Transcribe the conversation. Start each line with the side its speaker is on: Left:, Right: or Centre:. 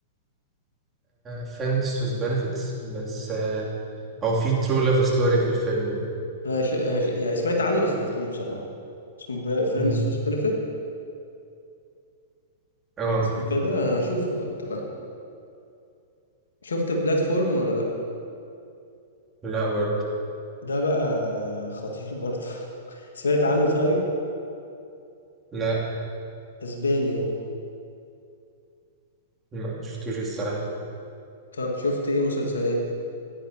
Right: فريندز with benefits بس آه، هو في true love story في الفيلم ده
Left: انا ش... أنا ش... يعني سمعت عنه بس ما شفتوش بصراحة اسمه فريندز
Right: مم.
Left: وذ بنفيت
Right: اه
Left: اسمه كده هشوفه اتفقنا شفت بلاتفورم ولا لا
Right: لا برضه
Left: ده بقى خطير برضه <laughs> سمعت عنه طيب
Right: لا
Left: اسباني هو
Right: ما شفتوش الصراحة
Left: طب شفت ايه مسلسلات